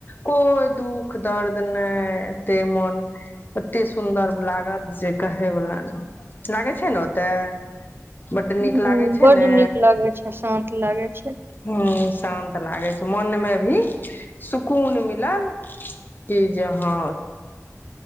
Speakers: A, on the left (about 35°); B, on the right (about 45°).
A: कोइ दुःख दर्द नहि एते मन एते सुन्दर लागत जे कहेवला ने लागै छै ने ओते बड्ड नीक
B: ह
A: लागे छै
B: बड्ड
A: ने
B: नीक लागै छै शान्त लागै छै
A: ह शान्त लागै छै मनमे भी सुकून मिलल कि जे हँ